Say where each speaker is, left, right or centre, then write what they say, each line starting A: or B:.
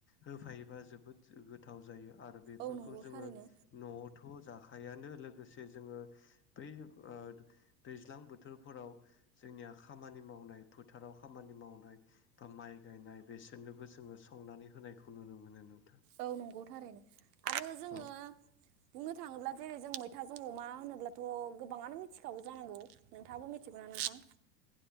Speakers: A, on the left (about 25°); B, on the right (about 70°).
A: होफायोबा जोबोद गोथाव जायो। आरो बेफोरखौ
B: औ नंगौ
A: जोङो
B: थारैनो
A: न'आवथ' जाखायानो लोगोसे जोङो बै ओ दैज्लां बोथोरफोराव जोंनिया खामानि मावनाय फोथाराव खामानि मावनाय बा माइ गायनाय बेसोरनोबो जोङो संनानै होनाय खौ नुनो मोनो नों
B: औ नंगौ थारैनो आरो जोङो
A: औ
B: बुंनो थाङोब्ला जेरै जों मै थाजों अमा होनोब्लाथ' गोबाङानो मिथिखागौ जानांगौ नोंथाङाबो मिथिगौ ना नोंथां?